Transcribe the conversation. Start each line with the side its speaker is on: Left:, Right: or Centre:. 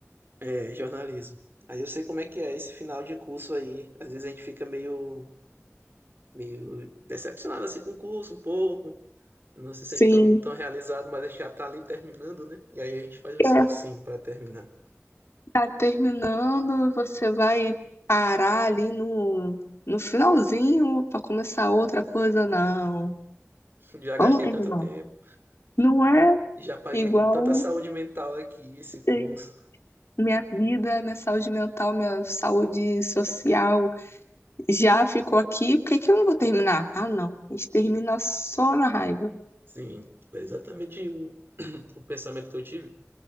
Right: é, jornalismo. Aí eu sei como é que é esse final de curso aí. Às vezes a gente fica meio, meio decepcionado assim, com o curso, um pouco. não se sente
Left: Sim,
Right: tão, tão realizado, mas a gente já tá ali terminando, né? E aí a gente faz um esforcinho
Left: é.
Right: para terminar.
Left: Tá terminando, você vai parar ali no, no finalzinho pra começar outra coisa? Não.
Right: <laughs> Já gastei
Left: Vamos terminar.
Right: tanto tempo,
Left: Não é
Right: já paguei
Left: igual
Right: com tanta saúde mental aqui esse curso.
Left: eh, minha vida, minha saúde mental, minha saúde social já ficou aqui, por que que eu não vou terminar? Ah, não. A gente termina só na raiva.
Right: Sim, foi exatamente o, <clears throat> o pensamento que eu tive